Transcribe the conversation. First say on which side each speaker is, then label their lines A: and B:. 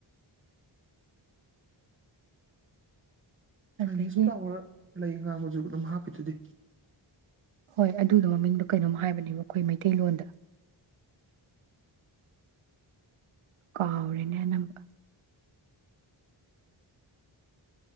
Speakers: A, on the right; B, on the right.
A: ꯆꯥꯏꯅꯤꯁ
B: ꯑꯗꯒꯤ
A: ꯐꯂꯥꯋ꯭ꯔ ꯂꯩ ꯉꯥꯡ ꯃꯖꯨ ꯑꯗꯨꯝ ꯍꯥꯞꯄꯤꯗꯨꯗꯤ
B: ꯍꯣꯏ ꯑꯗꯨꯗꯣ ꯃꯃꯤꯡꯗꯣ ꯀꯩꯅꯣꯝ ꯍꯥꯏꯕꯅꯦꯕ ꯑꯩꯈꯣꯏ ꯃꯩꯇꯩꯂꯣꯟꯗ ꯀꯥꯎꯔꯦꯅꯦ ꯅꯝꯕ